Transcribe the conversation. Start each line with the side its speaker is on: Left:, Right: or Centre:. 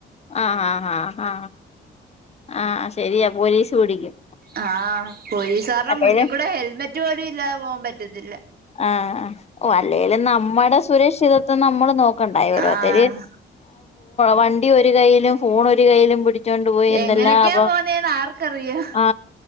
Left: ആ ആ ആ ആ ആ ശരിയാ പോലീസ് പിടിക്കും
Right: ആ പോലീസുകാരുടെ
Left: അല്ലേലും
Right: മുന്നിൽ കൂടെ ഹെൽമെറ്റ് പോലും ഇല്ലാതെ പോകാൻ പറ്റത്തില്ല
Left: ആ ഓ അല്ലേലും നമ്മുടെ സുരക്ഷിതത്വം നമ്മള് നോക്ക ണ്ടായി ഓരോരുത്തര്
Right: ആഹ്
Left: വണ്ടി ഒരു കയ്യിലും ഫോൺ ഒരു കയ്യിലും പി ടിച്ചോണ്ട് പോയി എന്തെല്ലാം
Right: എങ്ങനെയൊക്കെയാ
Left: അപ്പ
Right: പോന്നേന്ന് ആർക്കറിയാം
Left: ആ